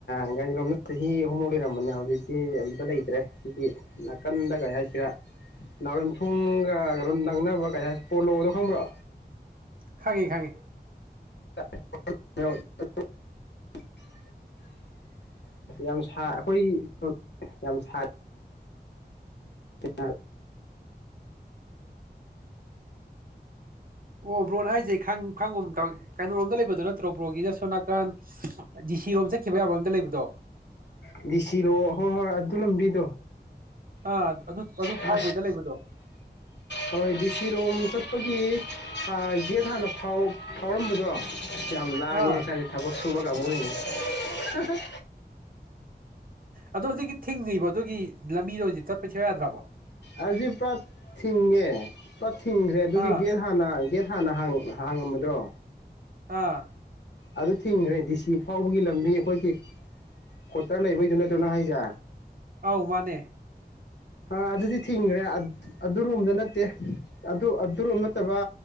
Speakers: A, on the left (about 85°); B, on the right (about 55°).
A: ꯑꯒꯖꯂꯣꯝꯅ ꯆꯍꯤ ꯑꯍꯨꯝꯃꯨꯛ ꯂꯩꯔꯝꯕꯅꯦ ꯍꯧꯖꯤꯛꯇꯤ ꯑꯗꯨꯝꯇ ꯂꯩꯇ꯭ꯔꯦ ꯁꯤꯒꯤ ꯅꯥꯀꯟꯗ ꯀꯩ ꯍꯥꯏꯁꯤꯔ ꯅꯥꯎꯔꯦꯝꯊꯣꯡꯒ ꯀꯩꯅꯣ ꯅꯪꯅꯕ ꯀꯩ ꯍꯥꯏꯁꯤ ꯄꯣꯂꯣꯗꯣ ꯈꯪꯕ꯭ꯔꯣ
B: ꯈꯪꯉꯦ ꯈꯪꯉꯦ
A: <unintelligible> ꯑ ꯌꯥꯝ ꯑꯩꯈꯣꯏ ꯌꯥꯝ ꯁꯥ ꯑ
B: ꯑꯣ ꯕ꯭ꯔꯣꯅ ꯍꯥꯏꯖꯦ ꯈꯪꯉ ꯀꯩꯅꯣꯔꯣꯝꯗ ꯂꯩꯕꯗꯣ ꯅꯠꯇ꯭ꯔꯣ ꯕ꯭ꯔꯣꯒꯤꯗ ꯁꯣ ꯅꯥꯀꯟ ꯗꯤ ꯁꯤꯔꯣꯝ ꯆꯠꯈꯤꯕ ꯌꯥꯕ꯭ꯔꯣꯝꯗ ꯂꯩꯕꯗꯣ
A: ꯗꯤ ꯁꯤꯔꯣ ꯍꯣꯏ ꯍꯣꯏ ꯑꯗꯨ ꯂꯝꯗ꯭ꯔꯤꯗꯣ
B: ꯑꯥ ꯑꯗꯨ ꯑꯗꯨ
A: ꯁ
B: ꯐꯥꯎꯕꯩꯗ ꯂꯩꯕꯗꯣ
A: ꯍꯣꯏ ꯁ ꯀ ꯑꯩꯈꯣꯏꯒꯤ ꯌꯦꯠ ꯍꯥꯟꯅ ꯐꯥꯎꯔꯝꯕ ꯗꯣꯡ ꯌꯥꯝ ꯂꯥꯡꯉꯦ
B: ꯑꯥ
A: ꯉꯥꯁ ꯊꯕꯛ ꯁꯕ ꯀꯃꯁ
B: ꯑꯗꯣ ꯍꯧꯖꯤꯛꯀꯤ ꯊꯤꯡꯉꯕ ꯑꯗꯨꯒꯤ ꯂꯝꯕꯤꯗꯣ ꯍꯧꯖꯤꯛ ꯆꯠꯄꯁꯨ ꯌꯥꯗ꯭ꯔꯕꯣ
A: ꯑꯁꯤ ꯄꯨꯔꯥ ꯊꯤꯡꯉꯦ ꯄꯨꯔꯥ ꯊꯤꯡꯈ꯭ꯔꯦ ꯑꯗꯨꯒꯤ
B: ꯑꯥ
A: ꯒꯦꯠ ꯍꯥꯟꯅ ꯒꯦꯠ ꯍꯥꯟꯅ ꯍꯥꯡꯉꯝꯕꯗꯣ
B: ꯑꯥ
A: ꯑꯗꯨ ꯊꯤꯡꯈ꯭ꯔꯦ ꯗꯤ ꯁꯤ ꯐꯥꯎꯕꯒꯤ ꯂꯝꯕꯤ ꯑꯩꯈꯣꯏꯒꯤ ꯀ꯭ꯋꯥꯇꯔ ꯂꯩꯕꯩꯗꯨ ꯅꯠꯇ꯭ꯔꯅ ꯍꯥꯏꯖꯦ
B: ꯑꯧ ꯃꯥꯅꯦ
A: ꯑ ꯑꯗꯨꯗꯤ ꯊꯤꯡꯈ꯭ꯔꯦ ꯑꯗꯨꯔꯣꯝꯗ ꯅꯠꯇꯦ ꯑꯗꯨ ꯑꯗꯨꯔꯣꯝ ꯅꯠꯇꯕ